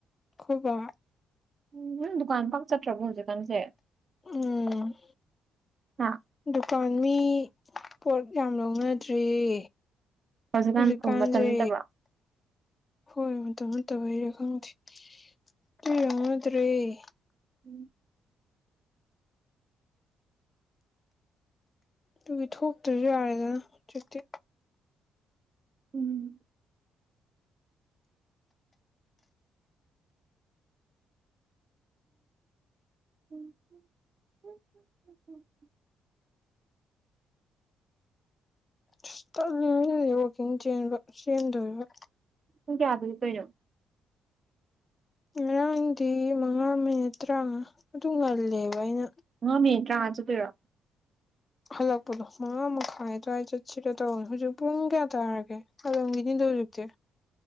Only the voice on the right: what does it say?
ꯎꯝ ꯅꯪ ꯗꯨꯀꯥꯟ ꯄꯥꯛ ꯆꯠꯇ꯭ꯔꯕꯣ ꯍꯧꯖꯤꯛꯀꯥꯟꯁꯦ
ꯍꯥ
ꯍꯧꯖꯤꯛꯀꯥꯟ
ꯎꯝꯕ ꯃꯇꯝ ꯅꯠꯇꯕ꯭ꯔꯣ
ꯎꯝ
ꯎꯝ꯫ <unintelligible>
ꯄꯨꯡ ꯀꯌꯥꯗ ꯍꯤꯞꯄꯩꯅꯣ꯫
ꯃꯉꯥ ꯃꯤꯅꯤꯠ ꯇꯔꯥꯉꯥ ꯆꯠꯇꯣꯏꯔꯣ꯫